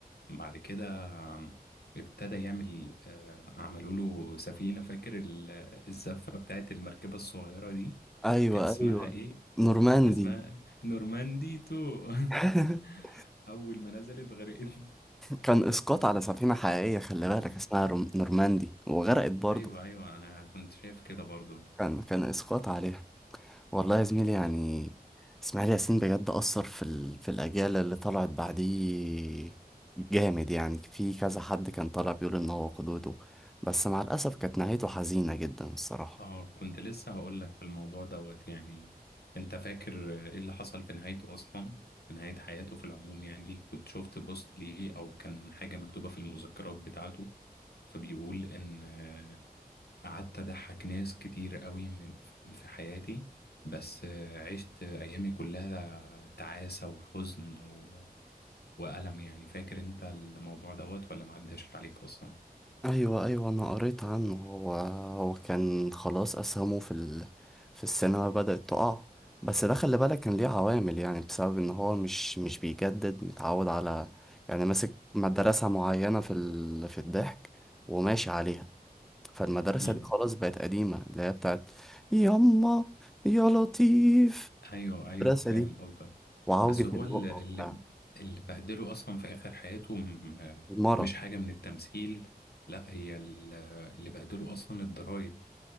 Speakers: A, on the left; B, in the centre.
A: بعد كده آم، ابتدى يعمل آه، عملوا له سفينة فاكر ال- الزفة بتاعت المركبة الصغيرة دي
B: ايوه
A: كانت اسمها
B: ايوه
A: ايه
B: نورماندي
A: كانت اسمها نورماندي تو
B: <laughs>
A: <laughs> اول ما نزلت غرقت
B: كان اسقاط على سفينة حقيقية
A: <laughs>
B: خلي بالك اسمها روم- نورماندي وغرقت برضه
A: ايوه ايوه انا كنت شايف كده برضو
B: كان كان اسقاط عليها والله يا زميلي يعني اسماعيل ياسين بجد أثر في ال... في الأجيال اللي طلعت بعديه جامد يعني في كذا حد كان طالع بيقول إن هو قدوته بس مع الأسف كانت نهايته حزينة جدا الصراحة
A: اه كنت لسه هقول لك الموضوع دوت يعني انت فاكر ايه اللي حصل في نهايته اصلا في نهاية حياته في العموم يعني كنت شفت بوست ليه او كان حاجة مكتوبة في المذكرات بتاعته فبيقول ان قعدت أضحك ناس كتير قوي من في حياتي بس آه، عشت أيامي كلها تعاسة وحزن و... وألم يعني فاكر أنت الموضوع دوت ولا معداش عليك أصلا؟
B: أيوة أيوة أنا قريت عنه هو هو كان خلاص أسهمه في ال... في السينما بدأت تقع بس ده خلي بالك كان ليه عوامل يعني بسبب إن هو مش مش بيجدد متعود على يعني ماسك مدرسة معينة في ال... في الضحك وماشي عليها فالمدرسة
A: مم.
B: دي خلاص بقت قديمة اللي هي بتاعت يما يا لطيف
A: أيوه أيوه
B: المدرسة
A: فاهم
B: دي
A: قصدك
B: وعوجة
A: بس هو
B: البق
A: اللي
B: وبتاع
A: اللي اللي بهدله أصلا في آخر حياته م...
B: المرض
A: مش حاجة من التمثيل لا هي ال- اللي بهدله أصلا الضرايب